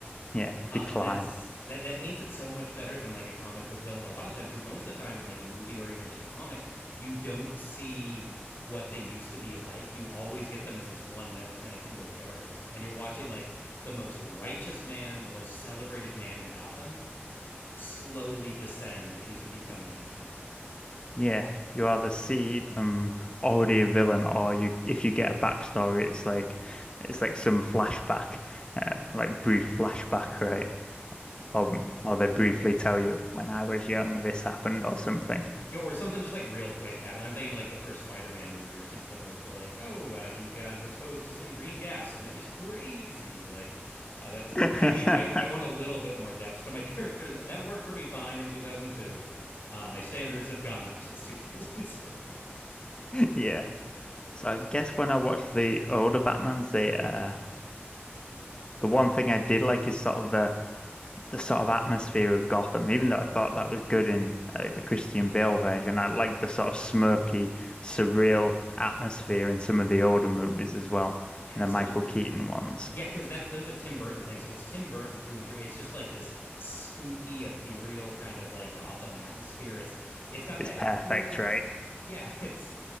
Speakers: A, on the left; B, on the left.
A: Yeah,
B: Um,
A: decline.
B: and that's that that paints it so much better than like a comic book villain a lot of times because most of the time in like a movie or even just a comic, you don't see what they used to be like. You always get them as this one note kind of evil character. And you're watching like the most righteous man, the most celebrated man in Gotham slowly descend into becoming evil.
A: Yeah, you either see them already a villain, or you if you get a backstory, it's like it's like some flashback, uh, like brief flashback, <laughs> right?
B: Yeah.
A: Or or they briefly tell you when I was young this happened or something.
B: Yeah, or something just like real quick happened. I'm thinking like the first Spider-Man movie or something where it's like, oh, uh, he got exposed to some green gas and now he's crazy. Like, uh, that's
A: <laughs>
B: I need I I want a little bit more depth to my <laughs> characters. That, that worked for me fine in 2002. Uh, my standards have gone up since 2002.
A: Yeah. So I guess when I watched the older Batmans, the uh the one thing I did like is sort of the the sort of atmosphere of Gotham. Even though I thought that was good in uh, the Christian Bale version, I liked the sort of smirky, surreal atmosphere in some of the older movies as well,
B: <laughs> Absolutely
A: and the Michael Keaton ones.
B: Yeah, because that's those are Tim Burton things. So it's Tim Burton through and through. It's just like this spooky, ethereal kind of like Gotham atmosphere. It's it's got
A: It's
B: that
A: perfect,
B: cool,
A: right?
B: yeah. <laughs> It's